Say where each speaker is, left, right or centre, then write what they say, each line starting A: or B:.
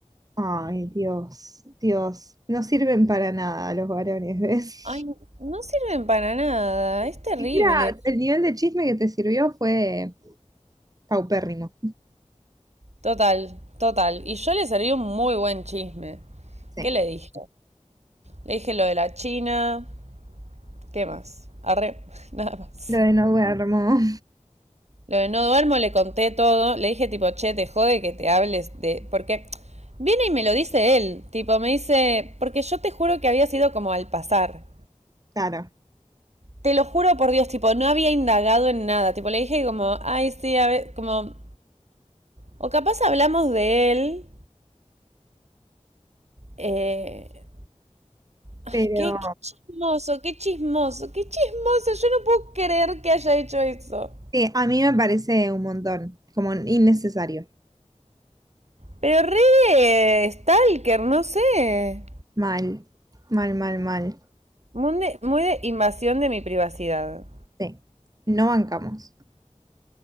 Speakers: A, on the right; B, on the right.
A: Ay, Dios, Dios. No sirven para nada los varones, ¿ves?
B: Ay, no sirven para nada, es terrible.
A: Siquiera el nivel de chisme que te sirvió fue paupérrimo.
B: Total, total. Y yo le serví un muy buen chisme.
A: Sí.
B: ¿Qué le dije? Le dije lo de la China. ¿Qué más? Arre, <laughs> nada más.
A: Lo de no duermo,
B: Lo de no duermo le conté todo. Le dije tipo, che, te jode que te hables de... Porque viene y me lo dice él. Tipo, me dice, porque yo te juro que había sido como al pasar.
A: <laughs> claro.
B: Te lo juro por Dios, tipo, no había indagado en nada. Tipo, le dije como, ay, sí, a ver, como, o capaz hablamos de él. eh, ay,
A: Pero
B: qué, qué chismoso, qué chismoso, qué chismoso. Yo no puedo creer que haya hecho eso.
A: sí, a mí me parece un montón, como innecesario.
B: Pero re de stalker, no sé.
A: Mal, mal, mal, mal.
B: Muy de, muy de invasión de mi privacidad.
A: Sí, no bancamos.